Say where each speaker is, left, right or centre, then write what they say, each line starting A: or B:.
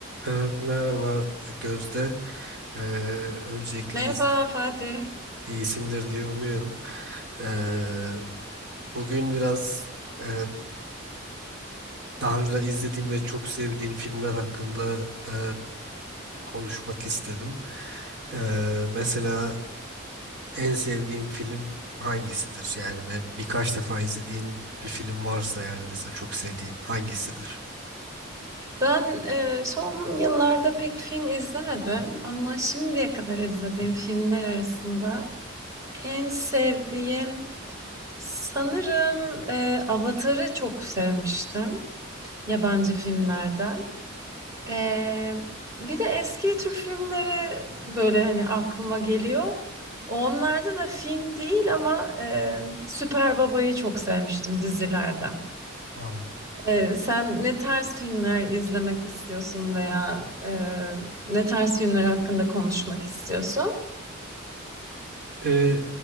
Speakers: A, on the right; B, on the right.
A: Ee, Merhaba Gözde. Ee, öncelikle
B: Merhaba
A: iyisi-
B: Fatih.
A: iyisindir diye umuyorum. Ee, bugün biraz e, daha önceden izlediğim ve çok sevdiğim filmler hakkında e, konuşmak istedim. Ee, mesela en sevdiğim film hangisidir? Yani ve birkaç defa izlediğin bir film varsa yani mesela çok sevdiğin hangisidir?
B: Ben e, son yıllarda pek film izlemedim ama şimdiye kadar izlediğim filmler arasında en sevdiğim sanırım e, Avatar'ı çok sevmiştim yabancı filmlerden. E, bir de eski Türk filmleri böyle hani aklıma geliyor. Onlarda da film değil ama e, Süper Baba'yı çok sevmiştim dizilerden.
A: Hı,
B: Ee, sen ne tarz filmler izlemek istiyorsun veya e, ne tarz filmler hakkında konuşmak istiyorsun?
A: Ee,